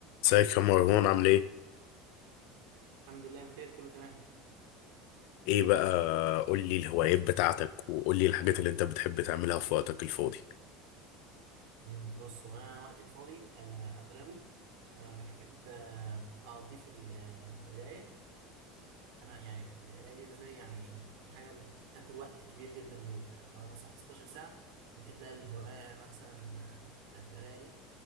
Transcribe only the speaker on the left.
ازيك يا مروان عامل ايه؟
ايه بقى قول لي الهوايات بتاعتك وقول لي الحاجات اللي انت بتحب تعملها في وقتك الفاضي